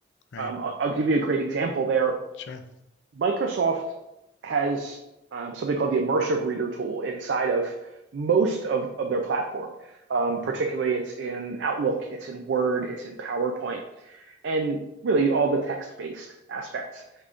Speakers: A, on the left; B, on the right.
A: Right?
B: Um, I'll, I'll, give you a great example there.
A: Sure.
B: Microsoft has um, something called the immersive reader tool inside of most of, of their platform. Um,
A: Mm,
B: particularly, it's in Outlook, it's in Word, it's in PowerPoint, and really all the text based aspects